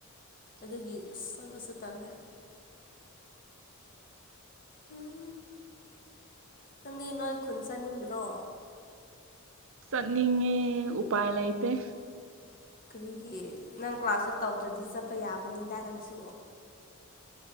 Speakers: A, on the left; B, on the right.
A: ꯑꯗꯨꯒꯤ ꯑꯁ ꯆꯠꯄꯁꯨ ꯇꯜꯂꯦ ꯎꯝ ꯅꯪꯗꯤ ꯅꯣꯏ ꯈꯨꯟ ꯆꯠꯅꯤꯡꯗ꯭ꯔꯣ
B: ꯆꯠꯅꯤꯡꯉꯦ ꯎꯄꯥꯏ ꯂꯥꯏꯇ‌ꯦ
A: ꯀꯔꯤꯒꯤ ꯅꯪ ꯀ꯭ꯂꯥꯁꯁꯨ ꯇꯧꯗ꯭ꯔꯗꯤ ꯆꯠꯄ ꯌꯥꯕꯅꯤꯗ ꯅꯪꯁꯨ